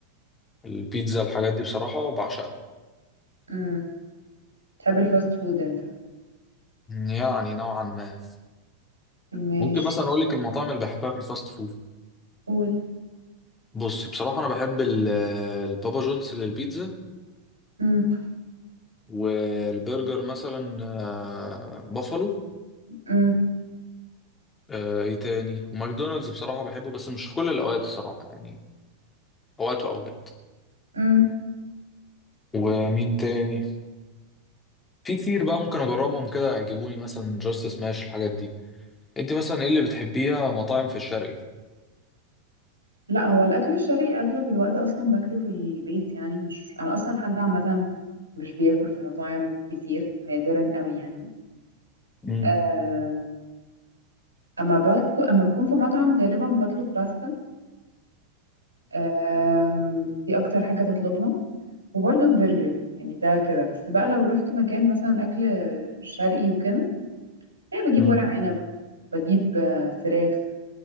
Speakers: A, on the left; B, on the right.
A: البيتزا الحاجات دي بصراحه بعشقها
B: امم تحب الفاست فود انت
A: يعني نوعا ما
B: ماشي
A: ممكن مثلا اقول لك المطاعم اللي بحبها في الفاست فود
B: قول
A: بص بصراحه انا بحب ال- البابا جونز للبيتزا
B: امم
A: والبرجر مثلا آه، بافالو
B: امم
A: آه، ايه تاني وماكدونالدز بصراحه بحبه بس مش في كل الاوقات الصراحه يعني اوقات واوقات
B: امم
A: ومين تاني في كتير بقى ممكن اجربهم كده يجيبوني مثلا جاست سماش الحاجات دي انت مثلا ايه اللي بتحبيها مطاعم في الشرقي
B: لا هو الاكل الشرقي اغلب الوقت اصلا باكله في البيت يعني مش انا اصلا حد عامه مش بياكل في مطاعم كتير نادرا قوي يعني
A: امم
B: أه... اما باكل اما بكون في مطعم غالبا بطلب باستا آم، دي اكتر حاجة بطلبها وبرضو برجر يعني ده كده بس بقى لو رحت مكان مثلا اكل شرقي وكده يعني بجيب
A: امم
B: ورق عنب بجيب آه، فراخ